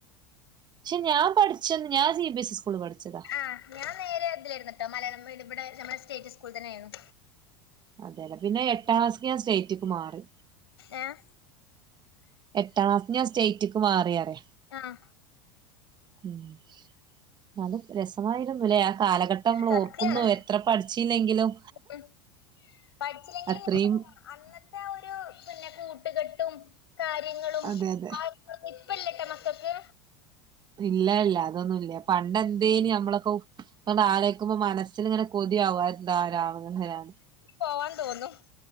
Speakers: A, on the right; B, on the left.
A: പക്ഷെ ഞാൻ പഠിച്ചത് ഞാൻ സി ബി എസ് ഇ സ്കൂളിൽ പഠിച്ചതാ
B: ആ ഞാൻ നേരെ ഇതിലായിരുന്നുട്ടോ മലയാളം മീഡി ഇവിടെ നമ്മുടെ സ്റ്റേറ്റ് സ്കൂളി തന്നെയായിരുന്നു
A: അതെല്ലേ പിന്നെ എട്ടാക്ലാസിക്ക് ഞാൻ സ്റ്റേറ്റിക്ക് മാറി
B: ഏഹ്
A: എട്ടാം ക്ലാസില് ഞാൻ സ്റ്റേറ്റിക്ക് മാറി പറേ
B: ആഹ്
A: ഉമ് ന്നാലും രസമായിരുന്നു ല്ലേ ആഹ് കാലഘട്ടങ്ങൾ
B: സത്യാണ്
A: ഓർക്കുന്നു എത്ര പഠിച്ചില്ലെങ്കിലും
B: ഉം പഠിച്ചില്ലെങ്കിലും
A: അത്രയും
B: <unintelligible> അന്നത്തെ ഒരു പിന്നെ കൂട്ടുകെട്ടും കാര്യങ്ങളും
A: അതെ അതെ
B: ആഹ് ഒരു- ഇപ്പോയില്ലാട്ടോ മക്കക്ക്.
A: ഇല്ല ഇല്ല അതൊന്നുല്ല പണ്ട് എന്തേന് നമ്മളൊക്കെ ഇപ്പോ മാറി നിൽക്കുമ്പോ മനസ്സിൽ ഇങ്ങനെ കൊതിയാകുവാ എന്തോ രാവോ ഇങ്ങനെ-
B: പോവാൻ തോന്നും